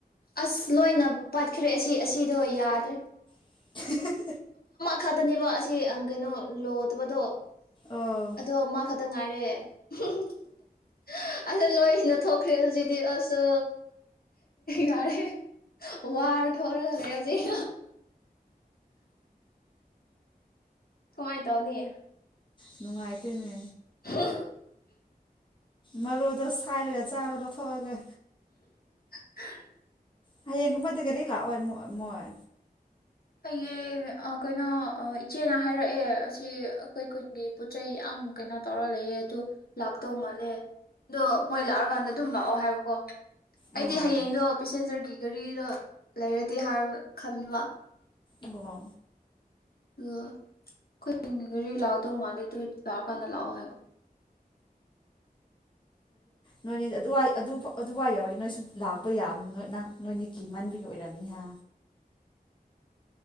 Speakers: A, on the left (about 75°); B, on the left (about 30°).
A: ꯑꯁ ꯂꯣꯏꯅ ꯄꯥꯠꯈ꯭ꯔꯦ ꯑꯁꯤ ꯑꯁꯤꯗꯣ ꯌꯥꯗ꯭ꯔꯦ
B: <unintelligible>
A: ꯈꯛꯇꯅꯦꯕ ꯑꯁꯤ ꯀꯩꯅꯣ ꯂꯣꯠꯇꯕꯗꯣ
B: ꯑꯣ
A: ꯑꯗꯣ ꯃꯥ ꯈꯛꯇꯪ ꯉꯥꯏꯔꯦ <unintelligible> ꯑꯁꯤ ꯂꯣꯏꯁꯤꯅ ꯊꯣꯛꯈ꯭ꯔꯦ ꯍꯧꯖꯤꯛꯇꯤ ꯑꯁ ꯌꯥꯔꯦ ꯋꯥꯔ ꯊꯣꯛꯔꯒ ꯂꯩ ꯍꯧꯖꯤꯛ ꯀꯥꯃꯥꯏ ꯇꯧꯅꯤ
B: ꯅꯨꯡꯉꯥꯏꯇꯅꯦ
A: <unintelligible>
B: ꯃꯔꯣꯗꯣ ꯁꯥꯏꯔꯒ ꯆꯥꯔꯣ ꯂꯧꯊꯣꯛꯑꯒ
A: <unintelligible>
B: ꯍꯌꯦꯡꯒꯨꯝꯕꯗ ꯀꯒꯥꯔꯤ ꯂꯥꯛꯑꯣꯏ ꯃꯣꯏ ꯃꯣꯏ꯫
A: ꯍꯌꯦꯡ ꯀꯩꯅꯣ ꯏꯆꯦꯅ ꯍꯥꯏꯔꯛꯑꯦ ꯑꯁꯤ ꯑꯩꯈꯣꯏ ꯈꯨꯟꯒꯤ ꯄꯣꯠ ꯆꯩꯩ ꯌꯥꯝ ꯀꯩꯅꯣ ꯇꯧꯔ ꯂꯩꯌꯦ ꯑꯗꯨ ꯂꯥꯛꯇꯧ ꯃꯥꯜꯂꯦ ꯑꯗꯣ ꯃꯣꯏ ꯂꯥꯛꯑꯀꯥꯟꯗ ꯑꯗꯨꯝ ꯂꯥꯛꯑꯣ ꯍꯥꯏꯌꯣꯀꯣ꯫
B: ꯑꯣ
A: ꯑꯩꯗꯤ ꯍꯌꯦꯡꯗꯣ ꯄꯦꯁꯦꯟꯖꯔꯒꯤ꯫ ꯒꯥꯔꯤꯗꯣ ꯂꯩꯔꯗꯤ ꯍꯥꯏ ꯈꯟꯕꯥ꯫
B: ꯑꯣ꯫
A: ꯑꯗꯨꯒ ꯑꯩꯈꯣꯏ ꯈꯨꯟꯒꯤ ꯒꯥꯔꯤ ꯂꯥꯛꯗꯧ ꯃꯥꯜꯂꯦ ꯗꯨ ꯂꯥꯛꯑ ꯀꯥꯟꯗ ꯂꯥꯛꯑꯣ ꯍꯥꯏꯌꯣ
B: ꯅꯣꯏꯅꯦꯗꯤ ꯑꯗꯨꯏ ꯑꯗꯨꯋꯥꯏ ꯌꯥꯎꯔꯗꯤ ꯅꯣꯏ ꯁꯨꯝ ꯂꯥꯛꯄ ꯌꯥꯕꯅꯤ ꯅ ꯅ ꯅꯣꯏꯅꯦ ꯀꯤ ꯃꯥꯟꯕꯤꯒꯤ ꯑꯣꯏꯔꯝꯅꯤꯍ꯫